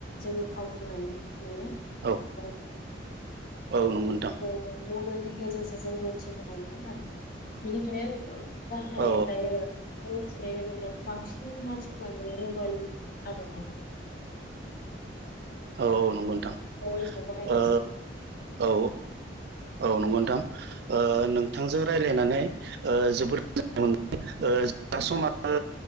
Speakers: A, on the left; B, on the right.
A: जोंङो आवग्रिरिनानै मोनो
B: औ
A: ओ
B: औ नंगौ नोंथां
A: ओ मबाइलनि गेजेरजों जों मिथिनो हायो आरो बेनिखायनो गाहाय
B: औ
A: दायो आं मिथिनाय बायदिब्ला बांसिन मानसिफ्रानो मबाइल आरो ना
B: औ - औ नंगौ नोंथां
A: मबाइलखौ बाहायनाय
B: ओ
A: जायो
B: औ औ नंगौ नोंथां ओ नोंथांजों रायलायनानै ओ जोबोद ओ समाबो